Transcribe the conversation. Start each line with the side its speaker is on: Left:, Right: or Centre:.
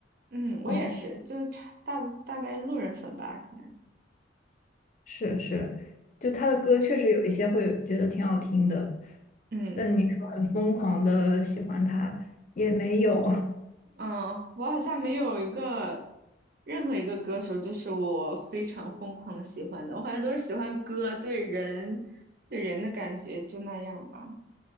Right: 嗯，我也是，
Left: 哦，
Right: 就差大大概路人粉吧，可能。
Left: 是是，就他的歌确实有一些会觉得挺好听的，
Right: 嗯嗯。
Left: 但你说很疯狂的喜欢他也没有。
Right: 嗯，我好像没有一个任何一个歌手，就是我非常疯狂的喜欢的。我好像都是喜欢歌对人对人的感觉，就那样吧。